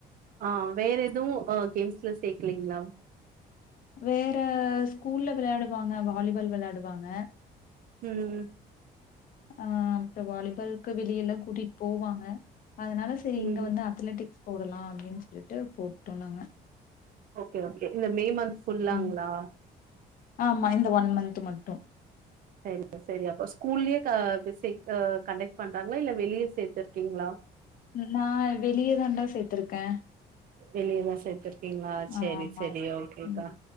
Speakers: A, on the right; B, on the left.
A: ஆ வேற எதுவு அ கேம்ஸ்ல சேக்கலீங்களா
B: வேற ஸ்கூல்ல வெளையாடுவாங்க வாலிபால் வெளையாடுவாங்க
A: ம்
B: ஆ அப்பறோ வாலிபால்க்கு வெளிய எல்லா கூட்டிட் போவாங்க அதனால செரி
A: ம்
B: இங்க வந்து அத்தலெட்டிக் போடலா அப்டின் சொல்லிட்டு போட்டோ நாங்க
A: ஓகே ஓகே இந்த மே மன்த் புல்லாங்ளா
B: ம் ஆமா இந்த ஒன் மன்த் மட்டு
A: சேரிங்க சேரி அப்ப ஸ்கூல்லயே க <unintelligible> அ கண்டெக்ட் பண்றாங்களா இல்ல வெளிய சேர்த்துருக்கீங்களா
B: ம் நா வெளிய தாண்டா சேத்திருக்க
A: வெளிய தா சேத்துர் கிங்ளா
B: ஆமா
A: சேரி சேரி ஓகேக்கா
B: ம்